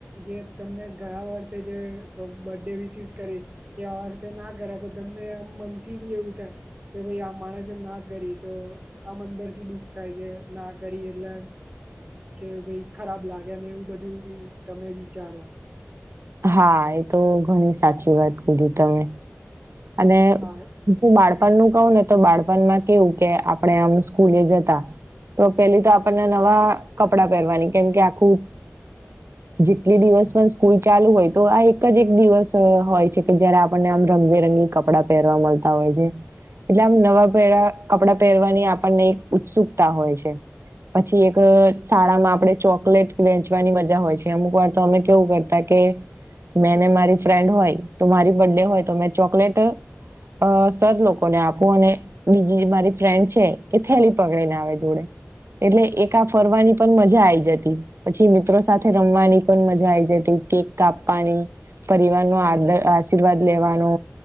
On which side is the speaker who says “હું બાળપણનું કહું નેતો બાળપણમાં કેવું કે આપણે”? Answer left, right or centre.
Right